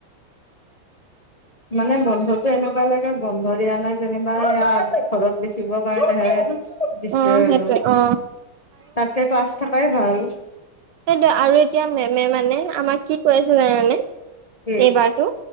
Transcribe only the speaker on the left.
মানে বন্ধতো এনেকুৱা লাগে বন্ধ দিয়া নাই যেনিবা ঘৰত লিখিব াৰ দেহে দিছে
আৰু
তাকে ক্লাছ থাকাই ভাল
কি